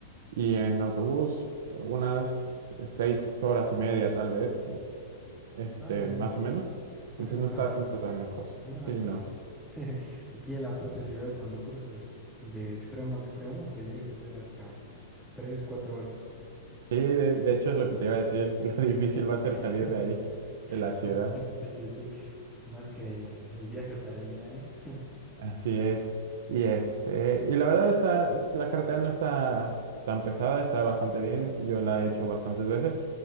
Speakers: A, on the right; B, in the centre.
A: Y en autobús, unas seis horas y media, tal vez, este,
B: Ah,
A: más o menos. Entonces
B: ah, no es
A: no está,
B: tanto,
A: no
B: no
A: está
B: es tanto.
A: tan lejos.
B: No,
A: Sí,
B: no es
A: no.
B: tanto. <laughs> Aquí en la propia ciudad, cuando cruzas de extremo a extremo, te llegas a hacer hasta 3, 4 horas.
A: Sí, de de hecho es lo que te iba a decir. <laughs> Lo difícil va a ser
B: <laughs>
A: salir de ahí, de la ciudad.
B: Sí, sí, sí. Más que el viaje para allá, ¿eh? <laughs>
A: Así es. Y este, y la verdad está, la carretera no está tan pesada, está bastante bien. Yo la he hecho bastantes veces,